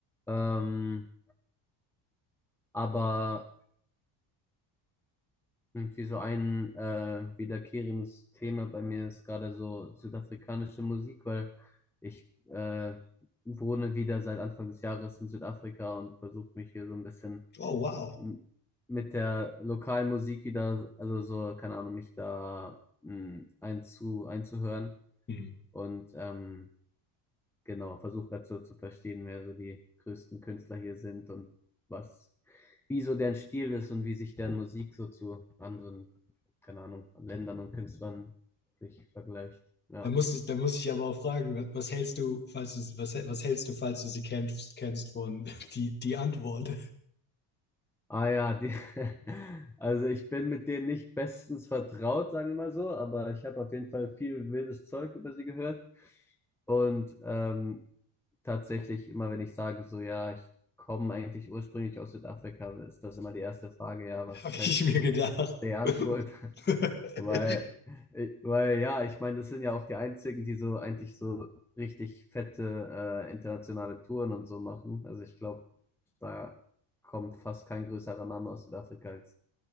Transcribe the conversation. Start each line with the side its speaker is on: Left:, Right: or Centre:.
Centre: Ähm, aber irgendwie so ein äh, wiederkehrendes Thema bei mir ist gerade so südafrikanische Musik, weil ich äh, wohne wieder seit Anfang des Jahres in Südafrika und versuche mich hier so ein bisschen
Left: Oh, wow.
Centre: m- mit der lokalen Musik wieder, also so, keine Ahnung, mich da mh, einzu, einzuhören
Left: Mhm.
Centre: und ähm, genau, versuche gerade so zu verstehen, wer so die größten Künstler hier sind und was, wie so deren Stil ist und wie sich deren Musik so zu anderen, keine Ahnung, Ländern und Künstlern sich vergleicht. Ja.
Left: Da muss ich, da muss ich aber auch fragen, was, was hältst du, falls du, was, was hältst du, falls du sie kennst, kennst von <laughs> die, die Antwort?
Centre: Ah ja, die, <laughs> also ich bin mit denen nicht bestens vertraut, sagen wir mal so, aber ich habe auf jeden Fall viel wildes Zeug über sie gehört. Und ähm, tatsächlich immer, wenn ich sage, so ja, ich komme eigentlich ursprünglich aus Südafrika, ist das immer die erste Frage, ja, was
Left: Habe ich
Centre: hältst
Left: mir
Centre: du von
Left: gedacht.
Centre: der Antwort?
Left: <laughs>
Centre: <laughs> Weil, äh, weil ja, ich meine, das sind ja auch die einzigen, die so eigentlich so richtig fette äh, internationale Touren und so machen. Also ich glaube, da kommt fast kein größerer Name aus Südafrika als,